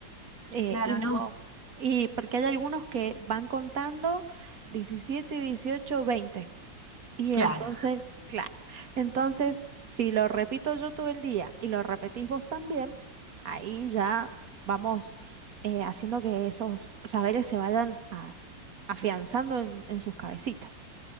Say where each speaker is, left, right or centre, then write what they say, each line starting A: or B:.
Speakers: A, on the right; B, on the left.
A: Eh,
B: claro,
A: y no,
B: no,
A: y porque hay algunos que van contando 17, 18, 20. Y
B: claro,
A: entonces, claro, entonces si lo repito yo todo el día y lo repetís vos también, ahí ya vamos eh, haciendo que esos saberes se vayan a- afianzando en en sus cabecitas.